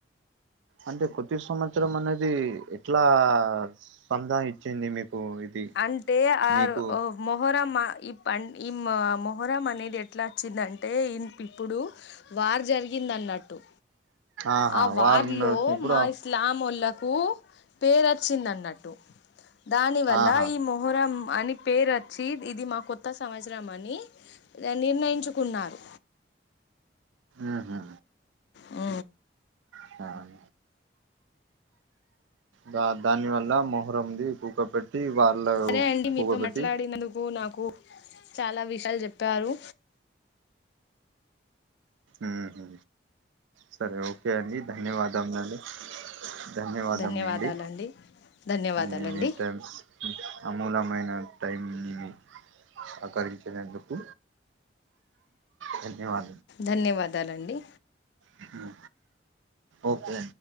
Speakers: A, on the right; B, on the left.
A: అంటే కొతసంవత్సరం అనేది ఎట్లా స్పందాఇచ్చింది మీకు ఇది
B: అంటే ఆరో
A: మీకు
B: మొహరమ్మా ఈ పం ఈ మ మొహరం అనేది ఎట్లా వచ్చిందంటే ఇన్ ఇప్పుడు వార్ జరిగిందన్నట్టు
A: ఆహా
B: ఆ వార్లో
A: వారం వచ్చినప్పుడు
B: మా ఇస్లాం ఓళ్ళకు పేరచ్చిందన్నట్టు దానివల్
A: ఆహా
B: మొహరం అని పేరచ్చి ఇది మా కొత్త సంవత్సరమని అ నిర్ణయించు కున్నారు
A: ఆహా
B: ఊ
A: శ్రావణి దా దాని వల్ల మొహరంది కూకపె ట్టి వాళ్ళ
B: సరే అండి మీతో
A: కూకబెట్టి
B: మాట్లాడినందుకు నాకూ చాలా విషయాలు జెప్పారు
A: ఊహు సరే ఓకే అండి ధన్యవాదాములండి ధన్యవాదములండి
B: ధన్యవాదాలండి ధన్యవాదాలండి
A: నేనీ టైమ్స్ అమూలమైన టైంని సహకరించినందుకు ధన్యవా
B: ధన్యవాదాలండి
A: అ ఓకే